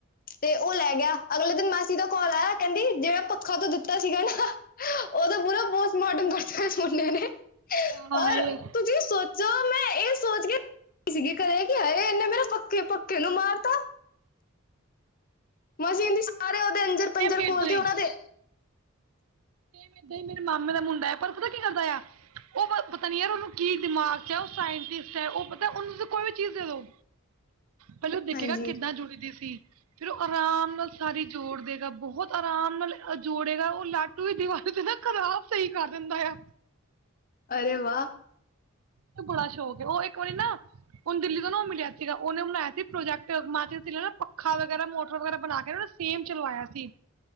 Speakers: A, on the left; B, on the right.
A: ਤੇ ਉਹ ਲੈ ਗਿਆ ਅਗਲੇ ਦਿਨ ਮਾਸੀ ਦਾ ਕਾਲ ਆਇਆ ਕਹਿੰਦੀ ਜਿਵੇ ਪਖਾਂ ਤੂ ਦਿੱਤਾ ਸੀਗਾ ਨਾ ਉਹਦਾ ਪੂਰਾ ਪੋਸਟਮਾਰਟਮ ਕਰਤਾ ਇਸ ਮੁੰਡੇ ਨੇ,
B: ਹਾਂ
A: ਔਰ
B: ਹਾਏ
A: ਤੁਸੀਂ ਵੀ ਸੋਚ ਚ ਮੈਂ ਇਹ ਸੋਚ ਕੇ ਸੀਗੀ ਘਰੇ ਕਿ ਹ ਇਹਨੇ ਮੇਰੇ ਪੱਕੇ ਪੱਕੇ ਨੂੰ ਮਾਰਤਾ। ਮਾਸੀ ਕੇਂਦੀ ਸਾਰੇ ਉਹਦੇ ਅੰਜਰ-ਪੰਜਰ
B: ਸੇਮ
A: ਖੋਲ
B: ਏਦਾਂ ਹੀ
A: ਕੇ ਉਹਨਾਂ ਦੇ
B: ਸੇਮ ਏਦਾਂ ਈ ਮੇਰੇ ਮਾਮੇ ਦਾ ਮੁੰਡਾ ਏ ਪਰ ਪਤਾ ਓਹ ਕੀ ਕਰਦਾ ਆ ਉਹ ਪਤਾ ਨੀ ਯਾਰ ਉਹਨੂੰ ਕੀ ਦਿਮਾਗ ਚ ਉਹ ਸਾਇੰਟਿਸਟ ਹੈ, ਉਹ ਪਤਾ ਉਹਨੂੰ ਤੁਸੀਂ ਕੋਈ ਵੀ ਚੀਜ਼ ਦੇ ਦੋ। ਪਹਿਲੋਂ ਦੇਖੇਗਾ
A: ਹਾਂਜੀ
B: ਕਿੱਦਾਂ ਜੁੜਦੀ ਸੀ। ਫੇਰ ਉਹ ਆਰਾਮ ਨਾਲ ਸਾਰੀ ਜੋੜ ਦੇਗਾ ਬਹੁਤ ਆਰਾਮ ਨਾਲ ਜੋੜੇਗਾ ਉਹ ਲਾਗਦੇ। ਤੂੰ ਵਸ ਤੇ ਨਾ ਖ਼ਰਾਬ ਸਹੀ ਕਰ ਦਿੰਦਾ ਆ।
A: ਅਰੇ ਵਾਹ!
B: ਤੂੰ ਬੜਾ ਸ਼ੌਕ ਉਹ ਇੱਕ ਵਾਰੀ ਨਾ। ਹੁਣ ਦਿੱਲੀ ਤੋਂ ਨਾ ਉਹ ਮਿਲਿਆ ਸੀਗਾ ਉਹਨੇ ਬਣਾਇਆ ਸੀ ਪ੍ਰੋਜੈਕਟ ਮਾਚਸ ਤਿਲਾਂ ਪੱਖਾ ਵਗੈਰਾ ਮੋਟਰ ਵਗੈਰਾ ਬਣਾ ਕੇ ਸੇਮ ਚਲਵਾਇਆ ਸੀ,